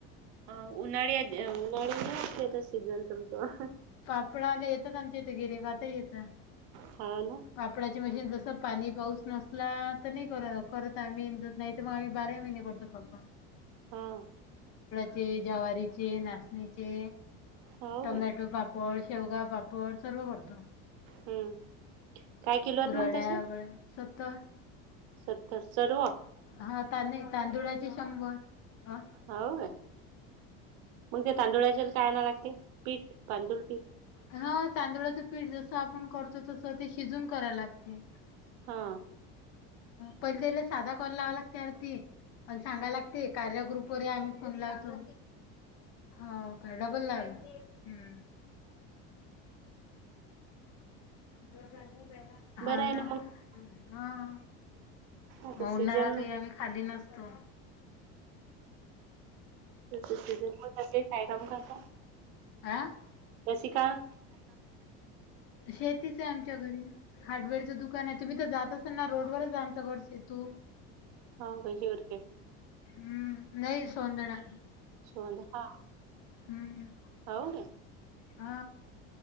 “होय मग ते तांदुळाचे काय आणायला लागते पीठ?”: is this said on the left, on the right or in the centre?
Right